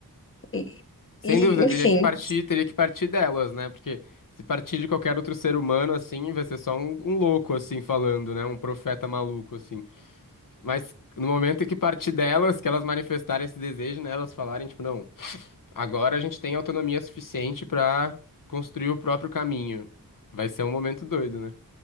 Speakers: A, on the left; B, on the left.
A: e,
B: Sem
A: e,
B: dúvida,
A: enfim,
B: teria que partir, teria que partir delas, né? Porque se partir de qualquer outro ser humano, assim, vai ser só um, um louco, assim, falando, né? Um profeta maluco, assim. Mas no momento em que partir delas, que elas manifestarem esse desejo, né? Elas falarem, tipo, não. Agora a gente tem autonomia suficiente pra construir o próprio caminho. Vai ser um momento doido, né?